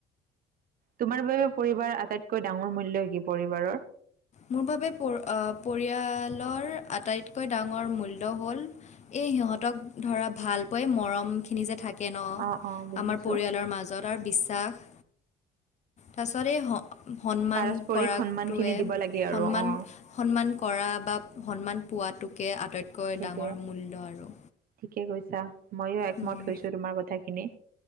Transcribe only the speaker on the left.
মোৰ বাবে পৰ আ, পৰিয়ালৰ আটাইতকৈ ডাঙৰ মূল্য হ'ল এই সিহঁতক ধৰা ভাল পাই মৰমখিনি যে থাক কে ন'
আমাৰ পৰিয়ালৰ মাজত। তাৰ বিশ্বাস, তাৰপিছতে এই হ সন্মান
কৰাটোৱে
সন্মান
সন্মান কৰা বা সন্মান পোৱাটোকে আটাইত কৈ
ডাঙৰ মূল্য আৰু।
উম,